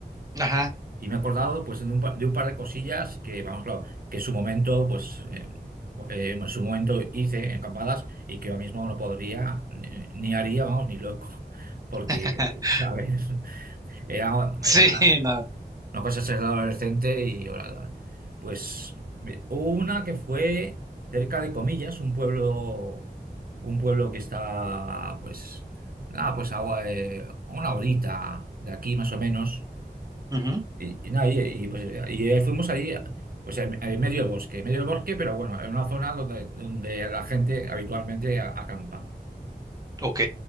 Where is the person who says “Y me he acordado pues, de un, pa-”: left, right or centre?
Right